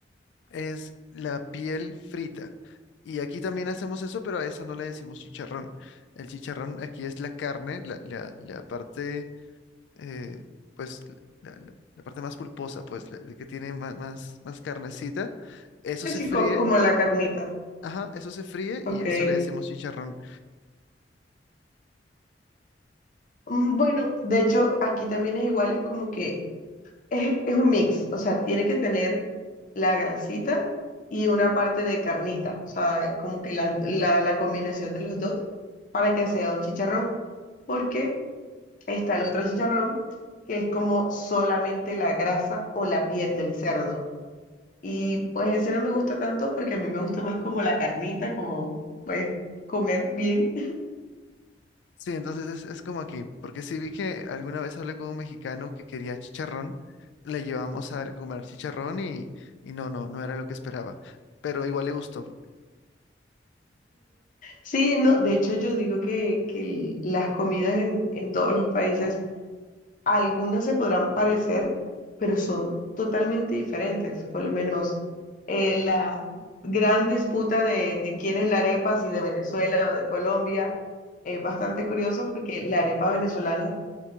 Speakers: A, on the left; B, on the left.
A: es la piel frita. Y aquí también hacemos eso, pero a eso no le decimos chicharrón. El chicharrón aquí es la carne, la, la- la parte, eh, pues, la, la- la parte más pulposa, pues, la, la que tiene más, más, más carnecita. Eso
B: Es
A: se
B: así
A: fríe,
B: como, como la carnita.
A: ajá, eso se fríe
B: Ok.
A: y eso le decimos chicharrón.
B: Mm, Bueno, de hecho, aquí también es igual, es como que es, es un mix, o sea, tiene que tener la grasita y una parte de carnita, o sea, como que la, la, la combinación de los dos para que sea un chicharrón, porque está el otro chicharrón que es como solamente la grasa o la piel del cerdo. Y pues ese no me gusta tanto porque a mí me gusta más como la carnita, como pues comer bien.
A: Sí, entonces es, es como aquí, porque sí vi que alguna vez hablé con un mexicano que quería chicharrón, le llevamos a comer chicharrón y, y no, no, no era lo que esperaba, pero igual le gustó,
B: Sí, no, de hecho yo digo que, que el- las comidas en, en todos los países, algunas se podrán parecer, pero son totalmente diferentes. Por lo menos eh, la gran disputa de, de quién es la arepa, si de Venezuela o de Colombia, es bastante curioso porque la arepa venezolana,